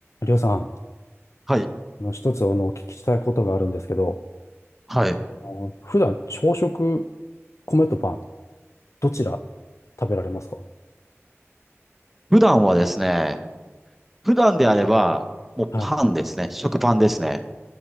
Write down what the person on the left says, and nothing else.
りょうさん、
あの一つあのお聞きしたいことがあるんですけど、
あの普段朝食、米とパン、どちら食べられますか
はい。